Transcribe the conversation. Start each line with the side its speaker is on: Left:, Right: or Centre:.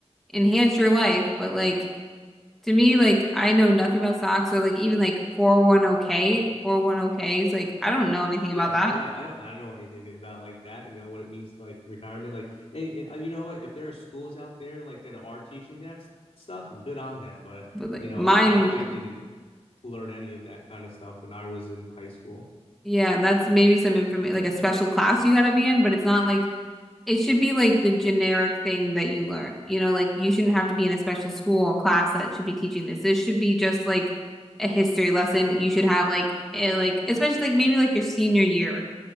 Centre: enhance your life. But like to me, like I know nothing about stocks or like even like 401k, 401ks, like I don't know anything
Left: Yeah,
Centre: about that.
Left: I, yeah, I don't, I don't know anything about like that. You know what it means, like retirement. Like, hey, and, uh, you know what? If there are schools out there like that are teaching that s- stuff, good on them. But
Centre: But like
Left: you know,
Centre: mine,
Left: I, I didn't learn any of that kind of stuff when I was in high school.
Centre: yeah, that's maybe some information like a special class you gotta be in, but it's not like It should be like the generic thing that you learn. You know, like you shouldn't have to be in a special school or class that should be teaching this. This should be just like a history lesson. You should have like eh, like especially like maybe like your senior year,